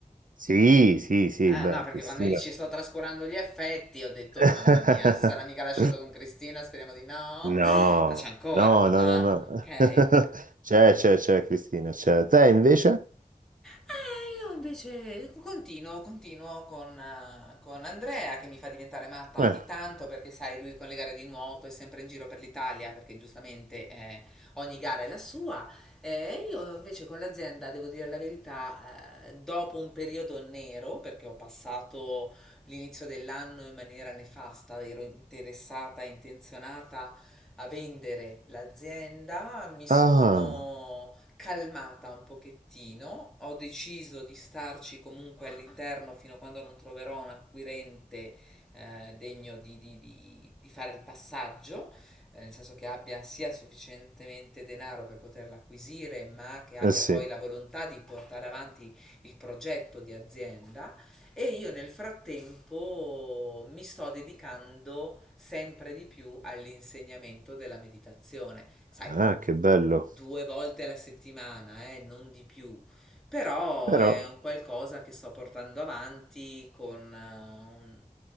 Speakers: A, on the right; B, in the centre.
A: Sì, sì, sì,
B: Ah,
A: beh,
B: no, perché
A: Cristina.
B: quando mi dici sto trascurando gli effetti, ho detto,
A: <laughs>
B: "Oh, mamma mia, si sarà mica lasciato con Cristina, speriamo di no.
A: No,
B: Ma no, c'è ancora.
A: no, no,
B: Ah,
A: no, no.
B: ok.
A: <laughs> C'è, c'è, c'è, Cristina, c'è. Te invece?
B: Eh, io invece continuo, continuo con, eh, con Andrea che mi fa diventare matta
A: Eh,
B: ogni tanto perché sai, lui con le gare di nuoto è sempre in giro per l'Italia perché giustamente eh, ogni gara è la sua. Eh, io invece con l'azienda, devo dire la verità, eh, dopo un periodo nero, perché ho passato l'inizio dell'anno in maniera nefasta, ero interessata, intenzionata a vendere l'azienda, mi sono
A: Ah,
B: calmata un pochettino, ho deciso di starci comunque all'interno fino a quando non troverò un acquirente eh, degno di, di- di- di fare il passaggio, eh, nel senso che abbia sia sufficientemente denaro per poterla acquisire, ma che abbia
A: eh sì,
B: poi la volontà di portare avanti il progetto di azienda. E io nel frattempo mi sto dedicando sempre di più all'insegnamento della meditazione, sai,
A: ah, che bello.
B: due volte alla settimana, eh, non di più. Però
A: Però,
B: è un qualcosa che sto portando avanti con eh, un,